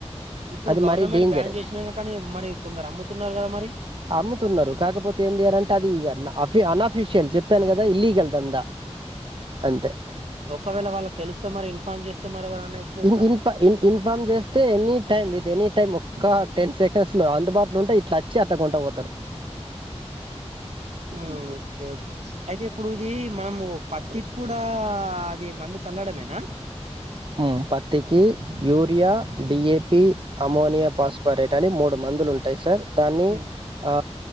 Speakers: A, on the right; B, on the right.
A: ఇప్పుడు
B: అది
A: గవర్నమెంట్
B: మరీ డేంజర్
A: బ్యాన్
B: అని
A: చేసినం కానీ, మరి కొందరు అమ్ముతున్నరు కదా మరి.
B: అమ్ముతున్నరు కాకపోతే ఏందియనంటే అది ఈగ అఫ్ అన్ అఫీషియల్ చెప్పాను కదా, ఇల్లీగల్ దందా అంతే
A: ఒకవేళ వాళ్ళకి తెలిస్తే మరి ఇన్ఫామ్ చేస్తే మరి ఎవరన్నా ఇప్పుడు
B: ఇన్
A: ఇట్లా
B: ఇన్ ఇన్ఫా ఇన్ ఇన్ఫార్మ్ చేస్తే ఎనీ టైమ్ ఇది ఎనీ టైం ఒక్క టెన్ సెకండ్స్లో అందుబాటులో ఉంటే, ఇట్ల అచ్చి అట్టా కొంట పోతరు.
A: ఉమ్ ఓకే ఓకే అయితే ఇప్పుడు ఇది మనము పత్తికి కూడా అది మందు చల్లడమేనా?
B: ఉమ్ పత్తికి urea D A P ammonia phosphate అని మూడు మందులు ఉంటయి సర్, దాన్ని
A: ఉమ్.
B: ఆ